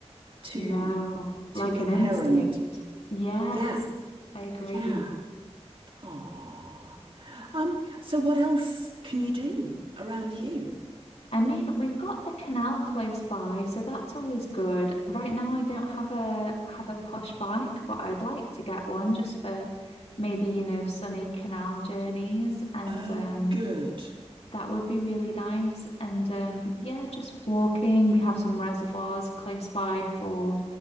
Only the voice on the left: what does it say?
No, like
an instinct. Yes,
I agree.
I mean, we've got the canal close by, so that's always good. Right now, I don't have a have a push bike, but I'd like to get one just for maybe, you know, sunny canal journeys, and
um,
that would be really nice. And um, yeah, just walking. We have some reservoirs close by for